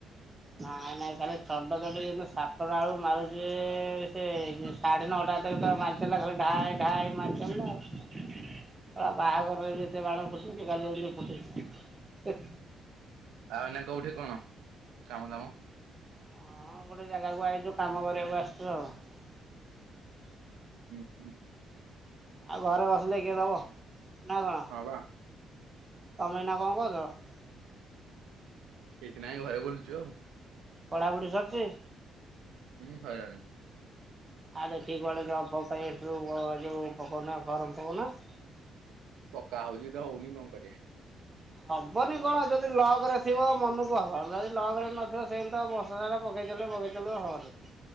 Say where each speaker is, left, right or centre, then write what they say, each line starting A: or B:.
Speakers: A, on the right; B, on the right.
A: ନାଇଁ ନାଇଁ ତାହେଲେ ଚଡ ଚଡି ଯେୁ ସାତଟା ବେଳୁ ମାରୁଛି ସେ ସାଢେ ନଅ ତା ଦେହରେ ତ ମାରି ଚାଲିଲା ଖାଲି ଢାଏ ଢାଏ ମାରି ଚାଲିଲା ଆଉ ବାହାଘରରେ ବି ଏତେ କେତେ ବାଣ ଫୁଟଉଚୁ କାଲି ଫୁଟେଇଛି ହେ।
B: ଆଉ ଏୟିନା କୋଉଠି କଣ କାମ ଦାମ?
A: ହଁ ଗୋଟେ ଜାଗାକୁ ଆଇଛୁ କାମ କରିବାକୁ ଆସିଛୁ ଆଉ।
B: ହୁଁ ହୁଁ।
A: ଆଉ ଘରେ ବସିଲେ କିଏ ଦବ ନା କଣ?
B: ହଁ ବା
A: ତମେ ଏୟିନା କଣ କରୁଛ?
B: କିଛି ନାଇଁ ଘରେ ବୁଲଛୁ ଆଉ।
A: ପଢାପଢ଼ି ସରିଛି?
B: ହୁଁ ସଇଲାଣି।
A: ଆ ଦେଖିକି କୁଆଡ଼େ ଜବ ଫବ ପାଇଁ ଇଂଟରଭିୟୁ ଯୋଉ ପକାଉନ ଫୋରମ ପକାଉନ। ହ
B: ପକା ହଉଛି ତ ହଉନି କଣ କରିବା।
A: ହବନି କଣ ଯଦି ଲକ୍ ରେ ଥିବ ମନକୁ ହବ ଯଦି ଲକ୍ ରେ ନଥିବ ସେମିତି ଆଉ ବର୍ଷ ସାରା ତ ପକେଇଲେ ପକେଇଲେ ହବନି